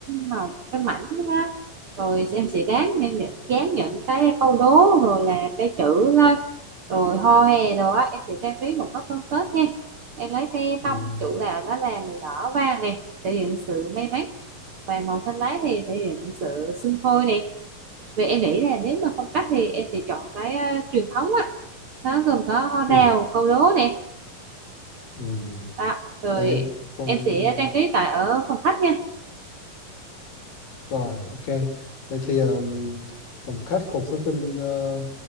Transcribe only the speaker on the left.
Ừ.
Chừng
Ừ.
Đấy. Còn
Rồi, ok. Vậy thì um, phòng khách cùng với bên ờ,